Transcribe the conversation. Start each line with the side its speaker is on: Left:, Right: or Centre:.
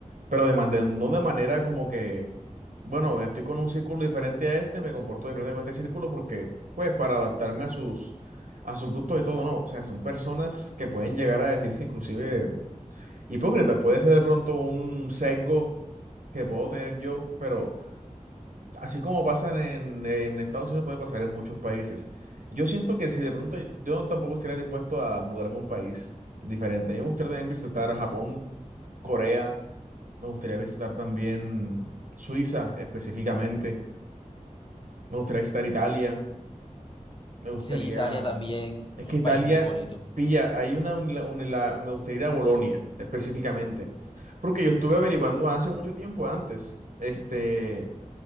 Right: Pero de man- de- no de manera como que, bueno, estoy con un círculo diferente a este, me comporto diferente con este círculo porque, pues, para adaptarme a sus, a sus gustos y todo, no. O sea, son personas que pueden llegar a decirse inclusive hipócritas. Puede ser de pronto un sesgo que puedo tener yo, pero así como pasan en, en Estados Unidos, puede pasar en muchos países. Yo siento que si de pronto yo tampoco estaría dispuesto a mudarme a un país diferente. A mí me gustaría también visitar Japón, Corea me gustaría visitar también Suiza específicamente. Me gustaría visitar Italia. Me gustaría...
Left: Sí, Italia también, un
Right: Es que Italia,
Left: país muy bonito.
Right: pilla, hay una... unila- unila- me gustaría ir a Bolonia específicamente. Porque yo estuve averiguando hace mucho tiempo antes, este,